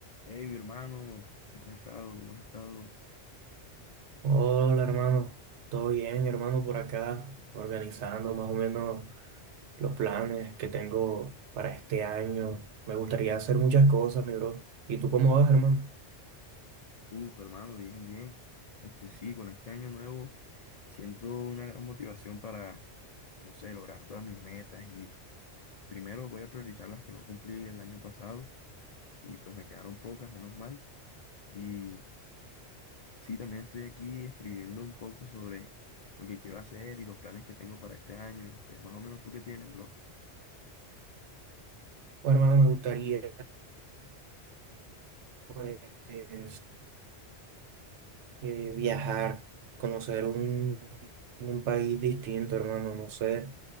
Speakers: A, on the left; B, on the right.
A: Hey, mi hermano, ¿cómo has estado? ¿Cómo has estado?
B: Hola hermano, todo bien hermano por acá, organizando más o menos los planes que tengo para este año. Me gustaría hacer muchas cosas, mi bro. ¿Y tú cómo vas, hermano?
A: Uf, hermano, bien, bien. Este sí, con este año nuevo siento una gran motivación para, no sé, lograr todas mis metas y primero voy a priorizar las que no cumplí el año pasado y pues me quedaron pocas, menos mal. Y sí, también estoy aquí escribiendo un poco sobre lo que quiero hacer y los planes que tengo para este año. Pues más o menos tú qué tienes, bro.
B: Oh, hermano, me gustaría pues eh, viajar, conocer un, un país distinto, hermano, no sé.